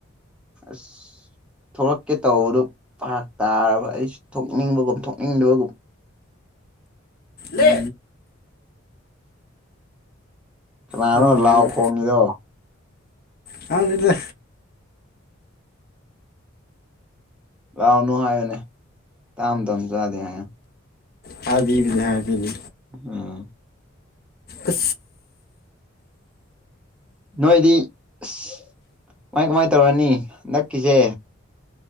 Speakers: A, in the centre; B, on the left.
A: ꯑꯁ ꯊꯣꯛꯂꯛꯀꯦ ꯇꯧꯕꯗꯨ ꯐꯔꯛ ꯇꯥꯔꯕ ꯑꯩꯁꯨ ꯊꯣꯛꯅꯤꯡꯕꯒꯨꯝ ꯊꯣꯛꯅꯤꯡꯗꯕꯒꯨꯝ
B: ꯂꯦ
A: ꯀꯅꯥꯅꯣ
B: ꯈꯪꯗ꯭ꯔꯦꯗ
A: ꯂꯥꯎ ꯈꯣꯡꯉꯤꯗꯣ
B: ꯈꯪꯗꯦꯗ
A: ꯂꯥꯎꯅꯨ ꯍꯥꯏꯌꯨꯅꯦ ꯃꯇꯥꯡ ꯃꯇꯝꯗ ꯆꯥꯗꯦ ꯍꯥꯏꯌꯨ
B: ꯍꯥꯏꯕꯤꯕꯗꯤ ꯍꯥꯏꯕꯤꯅꯤ
A: ꯎꯝ
B: ꯑꯁ
A: ꯅꯣꯏꯗꯤ ꯑꯁ ꯀꯃꯥꯏ ꯀꯃꯥꯏ ꯇꯧꯔꯅꯤ ꯍꯟꯗꯛ ꯀꯖꯦ